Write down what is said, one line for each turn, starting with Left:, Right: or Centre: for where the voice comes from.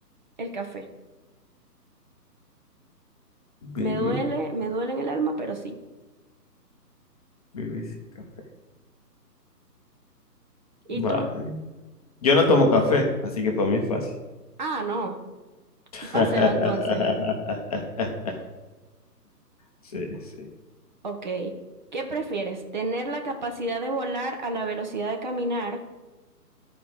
Right: el café. Me
Left: Vivir,
Right: duele, me duele en el alma, pero sí.
Left: vivir sin café.
Right: ¿Y
Left: Vale.
Right: tú?
Left: Yo no tomo café, así que para mí es fácil.
Right: Ah, no.
Left: <laughs>
Right: Un Paseo entonces.
Left: Sí, sí.
Right: Ok. ¿Qué prefieres? ¿Tener la capacidad de volar a la velocidad de caminar?